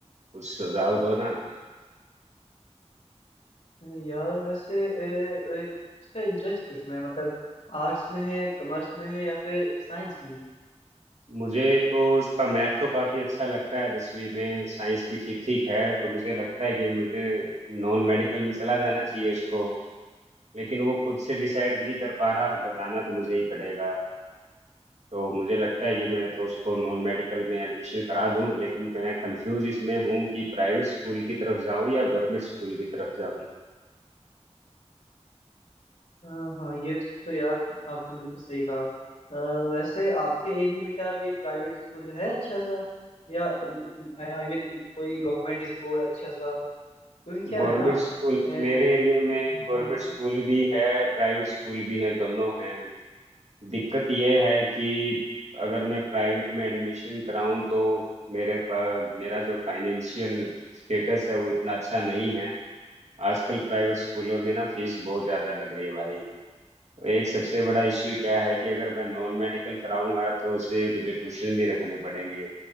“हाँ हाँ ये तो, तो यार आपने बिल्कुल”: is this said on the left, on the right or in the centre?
Left